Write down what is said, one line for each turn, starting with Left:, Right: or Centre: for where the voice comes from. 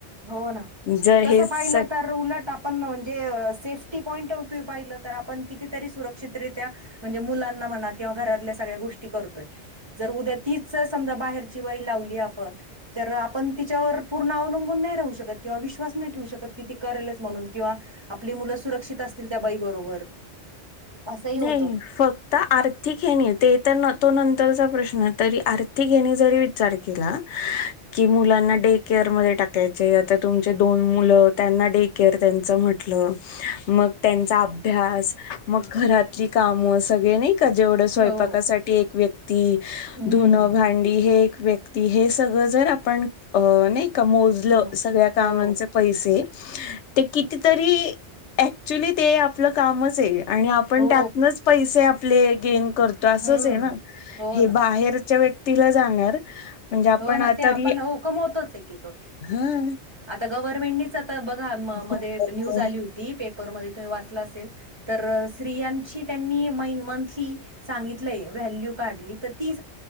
Right: हो ना.
Left: जर
Right: तस
Left: हे स
Right: पाहिलं तर उलट आपण म्हणजे सेफ्टी पॉईंट ऑफ व्ह्यू पाहिला तर आपण कितीतरी सुरक्षित रीत्या म्हणजे मुलांना म्हणा किंवा घरातल्या सगळ्या गोष्टी करतोय. जर उद्या तीच समजा बाहेरची बाई लावली आपण तर आपन तिच्यावर पूर्ण अवलंबून नाही राहू शकत किंवा विश्वास नाहीे ठेवू शकत की ती करेलच म्हणून किंवा आपली मुलं सुरक्षित असतील त्या बाई बरोबर. असंही होतं
Left: नाही फक्त आर्थिक हे नाही ते तर न तो नंतरचा प्रश्न, तरी आर्थिक ह्यानी जरी विचार केला की मुलांना डे केअ र मध्ये टाकायचंय आता तुमची दोन मुलं, त्यांना डे केअर त्यांचं म्हटलं मग त्यांचा अभ्यास, मग घरातली कामं सगळे नाही का जेवढं स्वयपाकासाठी
Right: हो
Left: एक व्यक्ती
Right: हम्म
Left: धुनं भांडी हे एक व्यक्ती हे सगळं जर आपण अ नाही का मोजलं,
Right: हो
Left: सगळ्या
Right: हो
Left: कामांचे पैसे ते कितीतरी ऍक्च्युली ते आपलं कामचए आणि आपण
Right: हो
Left: त्यातनंच पैसे आपले गेन करतो असंचए
Right: हम्म
Left: ना?
Right: हो
Left: हे
Right: ना
Left: बाहेरच्या व्यक्तीला जाणार. म्हणजे आपण
Right: हो ना ते
Left: तरी
Right: आपण हो कमवतोचए की तो,
Left: हां.
Right: आता गव्हर्नमेंटनीच आता बघा
Left: हो
Right: मध्ये
Left: बरो-
Right: न्यूज आली होती पे पर मध्ये तुम्ही वाचलं असेल, तर स्त्रियांची त्यांनी मैन मंथली सांगितलंय व्हॅल्यू काढली तर ती